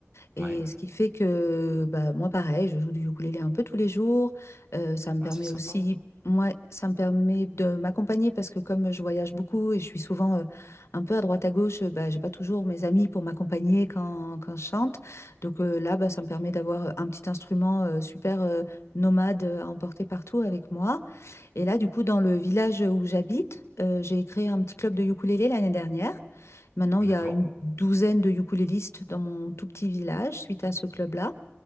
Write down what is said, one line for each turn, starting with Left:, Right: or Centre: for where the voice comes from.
Left: Et
Right: Ouais,
Left: ce qui fait que bah, moi, pareil, je joue du ukulélé un peu tous les jours. Euh, ça me
Right: ouais,
Left: permet
Right: c'est sympa.
Left: aussi,
Right: hein.
Left: moi, ça me permet de m'accompagner parce que comme je voyage beaucoup et je suis souvent euh, un peu à droite à gauche, euh, bah, j'ai pas toujours mes amis pour m'accompagner quand, quand je chante. Donc euh, là, bah, ça me permet d'avoir un petit instrument euh, super euh, nomade à emporter partout avec moi. Et là, du coup, dans le village où j'habite, euh, j'ai créé un petit club de ukulélé l'année dernière. Maintenant,
Right: D'accord.
Left: il y a une douzaine de ukulélistes dans mon tout petit village suite à ce club-là.